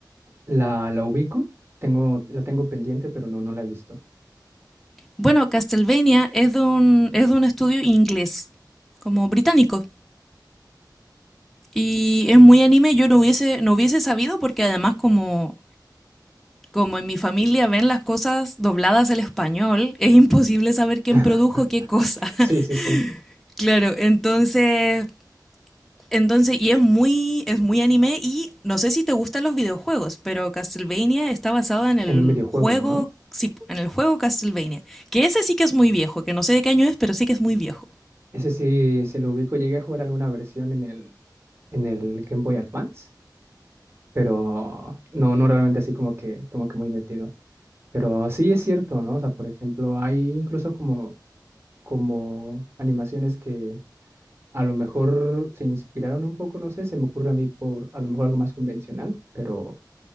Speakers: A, on the right (about 35°); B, in the centre.
A: La, la ubico, tengo, la tengo pendiente, pero no, no la he visto.
B: Bueno, Castlevania es de un, es de un estudio inglés, como británico. Y es muy anime, yo no hubiese, no hubiese sabido porque además como Como en mi familia ven las cosas dobladas al español, es imposible saber quién
A: <laughs>
B: produjo qué cosa. <laughs>
A: Sí, sí, sí,
B: Claro, entonces, entonces, y es muy, es muy anime y no sé si te gustan los videojuegos, pero Castlevania está basado en el
A: en un videojuego,
B: juego,
A: ¿no?
B: sí, en el juego Castlevania, que ese sí que es muy viejo, que no sé de qué año es, pero sí que es muy viejo.
A: Ese sí, se lo ubico, llegué a jugar alguna versión en el, en el Game Boy Advance, pero no, no realmente así como que, como que muy metido. Pero sí es cierto, ¿no? O sea, por ejemplo, hay incluso como, como animaciones que a lo mejor se inspiraron un poco, no sé, se me ocurre a mí por a lo mejor algo más convencional, pero